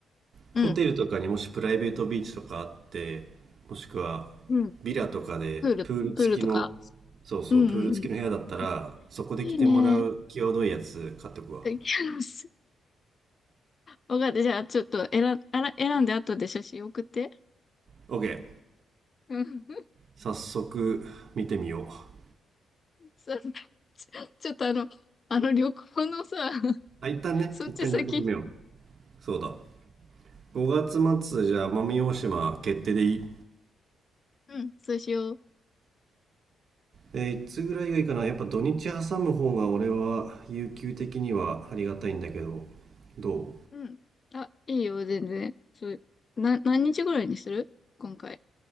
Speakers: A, on the left; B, on the right.
A: うん。
B: ホテルとかにもしプライベートビーチとかあって、もしくは
A: うん
B: ビラとかでプール付きの、
A: プール、プールとか。
B: そうそう、
A: うんうんうん。
B: プール付きの部屋だったら、
A: あ、
B: そこで着てもらう際どいやつ買っておくわ。
A: いいね。<laughs> え、キャロス。わかった。じゃあ、ちょっと選ん、あら、選んで後で写真送って。
B: OK。
A: うん。
B: 早速見てみよう。
A: そう。ちょ、ちょっとあの、あの旅行のさ、
B: あ、一旦ね、
A: そっち先に。
B: 一旦旅行決めよう。そうだ。5月末じゃあ奄美大島決定でいい
A: うん、そうしよう。
B: えーいつぐらいがいいかなやっぱ土日挟む方が俺は有給的にはありがたいんだけど、どう
A: うん。あ、いいよ、全然。そう、な、何日ぐらいにする今回。